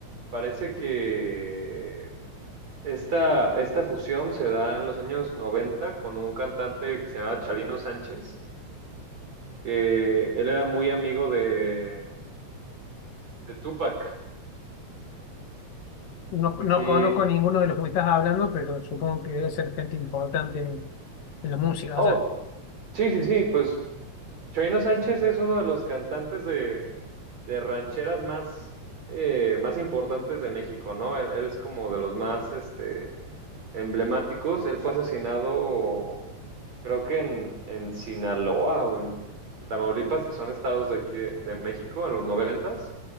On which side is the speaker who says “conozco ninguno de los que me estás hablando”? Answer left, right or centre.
Left